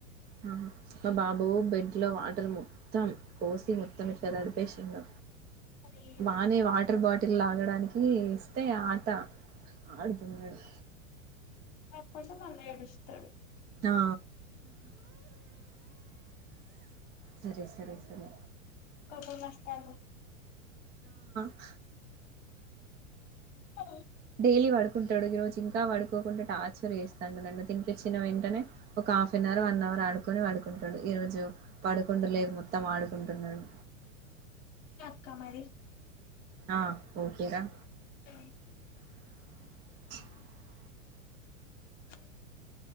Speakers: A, on the right; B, on the left.
A: ఆ మా బాబు బెడ్లో వాటర్ మొత్తం పోసి మొత్తం ఇట్లా తడిపేసిండు.
B: అయ్యో
A: బానే వాటర్ బాటిల్ లాగడానికి ఈ ఇస్తే ఆట ఆడుతున్నాడు.
B: అయ్యక పోతే మళ్ళ ఏడుస్తాడు.
A: ఆ సరే సరే సరే
B: కబస్తతా
A: అ
B: ఓ
A: డైలీ పడుకుంటాడు ఈరోజు ఇంకా పడుకోకుండా టార్చర్ చేస్తాడు నన్ను తినిపించిన వెంటనే ఒక half an hour one hour ఆడుకొని పడుకుంటాడు ఈరోజు పడుకుం లేదు మొత్తం ఆడుకుంటున్నాడు
B: క్క మరి
A: ఆ ఓకేద
B: అ
A: <unintelligible>
B: <unintelligible>